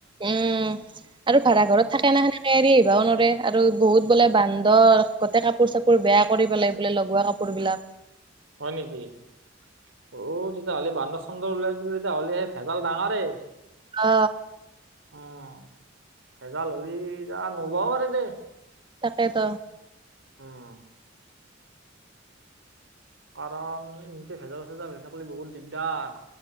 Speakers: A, on the right; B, on the right.
A: উম আৰু
B: উম
A: ভাড়া
B: উম
A: ঘৰত থাকে <unintelligible> এৰি আহিবও নোৱৰে আৰু বহুত বোলে বান্দৰ গোতে কাপোৰ চাপোৰ বেয়া কৰি পেলাই বোলে লগোৱা কাপো কাপোৰ বিলাক
B: হয় নেকি অ তেতিয়াহ'লে বান্দৰ বান্দৰ উলাই যেতিয়া হ'লে সেই ভেজাল ডাঙৰে
A: অ
B: উম ভেজাল হলি এতিয়া নলবও পাৰে দে
A: তাকেত
B: উম কাৰণ ইনকে ভেজাল চেজাল হৈ থাকলি বহুত দিগদাৰ